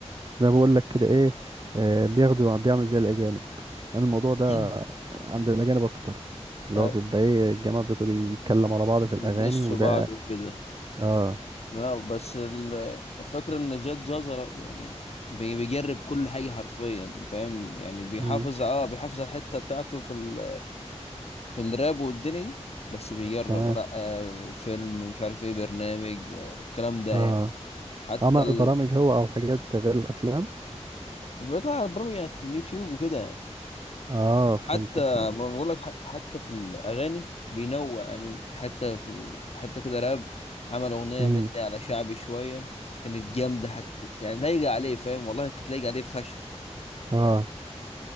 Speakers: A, on the right; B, on the left.
A: زي ما بقول لك كده ايه آه، بياخدوا بيعملوا زي الاجانب أنا الموضوع ده
B: <clears throat>
A: عند الأجانب أكتر اللي
B: آه،
A: هو بيبقى إيه الجماعة بيقعدوا يتكلم على بعض في الأغاني
B: بيدسوا
A: وده
B: بعض وكده
A: آه
B: لا بس ال- الفكرة ان زياد زازا يعني بي- بيجرب كل حاجة حرفيا فاهم يعني بيحافظ
A: مم.
B: اه بيحافظ على الحتة بتاعته في ال... في الراب والدنيا دي بس بيجرب
A: تمام
B: لا آه فيلم مش عارف ايه برنامج آه الكلام ده
A: آه
B: يعني. حتى
A: عمل
B: ال...
A: برامج هو أو حاجات غير الأفلام
B: بيطلع برامج على اليوتيوب وكده
A: آه فهمتك
B: حتى
A: فهمت
B: ما بقول لك ح- حتى في الاغاني بينوع يعني حتى في حتى كده راب عمل اغنيه
A: مم.
B: مني على شعبي شويه كانت جامده حتى يعني لايقه عليه فاهم والله كانت لايقه عليه فشخ
A: آه